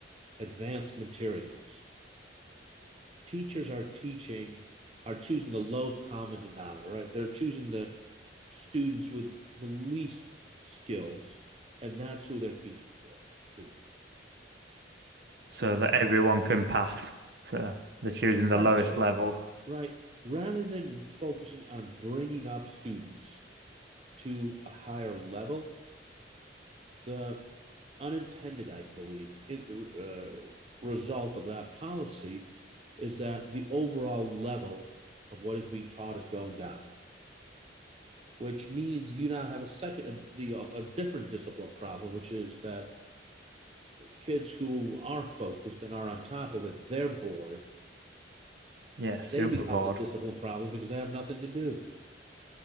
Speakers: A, on the right; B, on the right.
A: advanced materials, teachers are teaching, are choosing the lowest common denominator, right? They're choosing the students with the least skills, and that's who they're teaching for, too.
B: so
A: And
B: that everyone can pass. So they're choosing
A: essentially,
B: the lowest level.
A: right? Rather than focusing on bringing up students to a higher level, the unintended, I believe, in the uh, result of that policy is that the overall level of what is being taught is going down, which means you now have a second, a, a different discipline problem, which is that kids who are focused and are on top of it, they're bored.
B: Yeah,
A: They
B: super
A: become
B: bored.
A: the discipline problem because they have nothing to do.